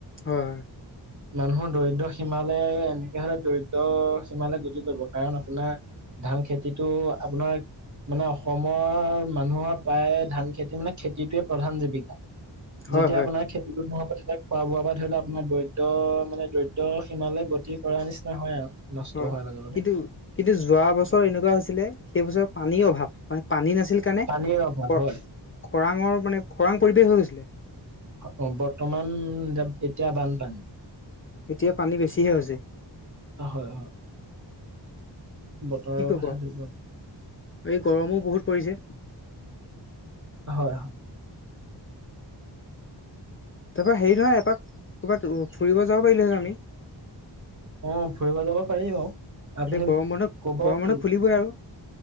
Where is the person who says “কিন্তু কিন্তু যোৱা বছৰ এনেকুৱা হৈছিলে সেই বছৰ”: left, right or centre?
Left